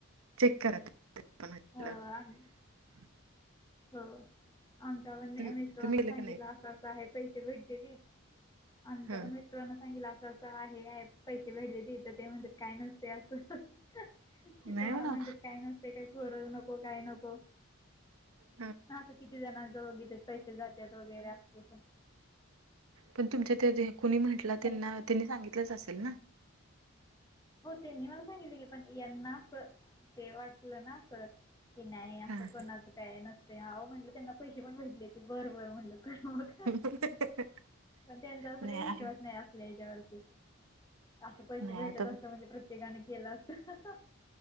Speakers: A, on the right; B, on the left.
A: चेक करा ते <unintelligible>
B: हो, आम हो आमच्या पण
A: तुम्ही
B: मिस्टरांना
A: तुम्ही गेलं
B: सांगितलं
A: का नाही
B: असं असं आहे पैसे भेटत्याती आमच्या
A: हा
B: पण मी मीस्टरांना सांगितल असं असं आहे ऍप पैसे भेट त्याती, ते म्हणतात काय नसते असं. ह्.. तिथ
A: नाही
B: मला
A: हो ना
B: म्हणतेत काही नसते काही कोरो नको काही नको.
A: हं <inaudible>
B: हा असं किती देणार जवळ बी.. पैसे जातेत वगैरे अस तस
A: पण तुमच्या त्या हे कुणी म्हटलं त्यांना..
B: हॅलो
A: त्यांनी सांगितलंच असेल ना?
B: हो त्यांनी मला सांगितले की पण यांना असं.. ते वाटलं ना असं कि नाही असं
A: हा हा
B: कोणाचं काय नसत आव.. म्हटलं त्यांना पैसे पण भेटले.. बर.. बरं म्हटलं कर मग ह्..
A: <unintelligible>
B: पण त्यांचा असा
A: नाही
B: काय विश्वास
A: आहे
B: नाही आपल्या ह्याच्यावरती असं
A: नाही
B: पैशे भेटत
A: आता
B: असत म्हणजे प्रत्येकाने केलं ह्.. ह्..